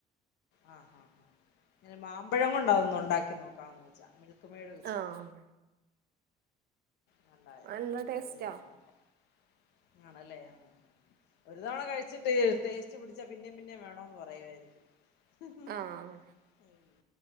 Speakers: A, on the left; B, on the right.
A: ആ ഇങ്ങനെ മാമ്പഴം കൊണ്ട അതൊന്നും ഉണ്ടാക്കി നോക്കാംന്ന് ആ മിൽക്ക്മേട് വെച്ചിട്ട്
B: ആഹ്
A: നല്ലതായിരിക്കും
B: നല്ല ടേസ്റ്റാ
A: ട്രൈ ചെയ്ത് നോക്കാം ആണല്ലേ, ആ ഒരു തവണ കഴിച്ചിട്ട് ടേസ്റ്റ് പിടിച്ചാ പിന്നേം പിന്നേം വേണന്ന് പറയുവായിരിക്കും <unintelligible>
B: ആഹ്